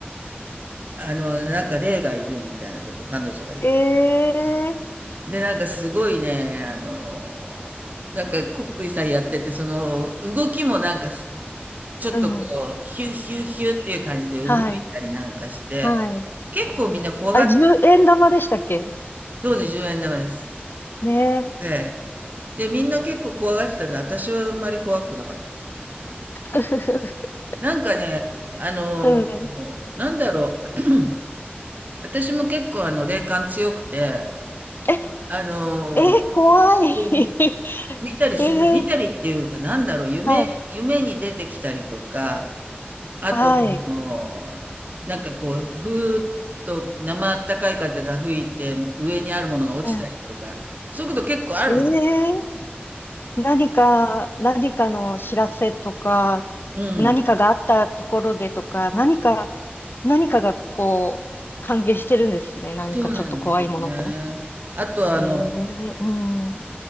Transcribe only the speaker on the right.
あの、なんか霊がいるみたいなこと、彼女が言って。
で、なんかすごいね、あの、なんか、こっくりさんやってて、その、動きもなんか、ちょっとこう、
ヒューヒューヒューっていう感じで動いたりなんかして、
結構みんな怖がって、
当時10円玉です。
で、で、みんな結構怖がってたんで、私はあんまり怖くなかったですね。
なんかね、あのーなんだろう、
<clears throat> 私も結構あの、霊感強くて、
あのー
うん
見たりする、
見たりっていうか、なんだろう、夢、
夢に出てきたりとか、あと、
あの、なんかこう、ふーっと生あったかい風が吹いて、上にあるものが落ちたりとか、
そういうこと結構あるんです。
うん。
そうなんですよね。あと、あの、